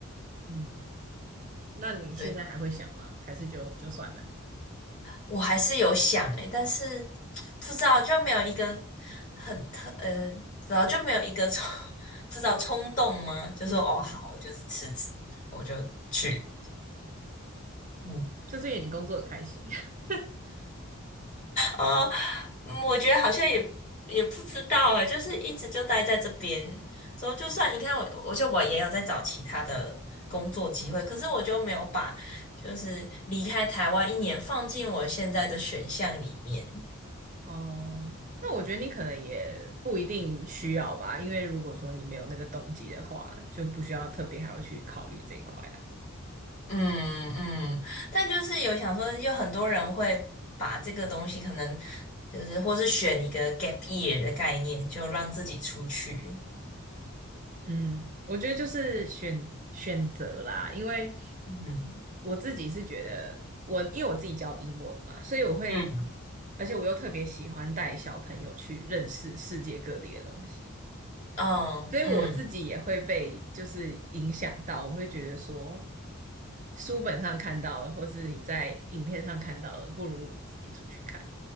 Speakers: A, on the right (about 35°); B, on the left (about 35°).
A: 嗯，那你现在还会想吗？
B: 对。
A: 还是就就算了？
B: 我还是有想诶、但是不知道就没有一个很特呃，不知道就没有一个冲，<laughs> 不知道冲动吗？就说哦好，
A: 嗯嗯，
B: 我就是辞职，我就去。嗯，
A: 就是因为你工作很开心。<laughs>
B: 啊，嗯我觉得好像也也不知道诶、就是一直就待在这边，之后就算你看我，我就我也有在找其他的工作机会，可是我就没有把就是离开台湾一年放进我现在的选项里面。
A: 哦，那我觉得你可能也不一定需要吧，因为如果说你没有那个动机的话，就不需要特别还要去考虑这一块啊。
B: 嗯嗯，但就是有想说，有很多人会把这个东西可能就是或是选一个 gap year 的概念，就让自己出去。
A: 嗯，我觉得就是选选择啦，因为
B: 嗯
A: 我自己是觉得我，因为我自己教英文嘛，所以我会，
B: 嗯
A: 而且我又特别喜欢带小朋友去认识世界各地的东西，
B: 嗯嗯
A: 所以我自己也会被就是影响到，我会觉得说，书本上看到的，或是你在影片上看到的，不如你自己出去看。